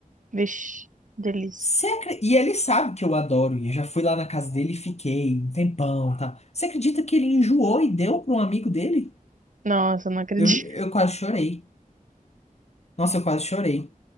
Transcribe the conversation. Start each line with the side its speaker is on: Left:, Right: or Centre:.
Right: vixe, delícia.
Left: Você acre- E ele sabe que eu adoro, e eu já fui lá na casa dele e fiquei um tempão, tá? Você acredita que ele enjoou e deu para um amigo dele?
Right: Nossa, eu não acredito.
Left: Eu, eu
Right: <laughs>
Left: quase chorei. Nossa, eu quase chorei.